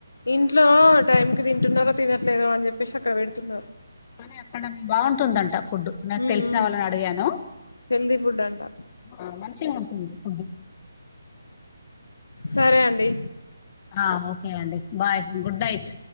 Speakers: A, on the left; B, on the left.
A: ఇంట్లో టైం కి తింటున్నారో తినట్లేదో అని చెప్పేసి అక్కడ పెడుతున్నరు
B: కానీ అక్కడ బాగుంటుందంట ఫుడ్ నాకు
A: ఉమ్
B: తెలిసిన
A: ఉమ్
B: వాళ్ళని అడిగాను
A: హెల్దీ ఫుడ్ అంట
B: అ ఆ మంచిగుంటుంది ఫుడు
A: సరే అండి
B: ఆ ఓకే అండి బాయ్ గుడ్ నైట్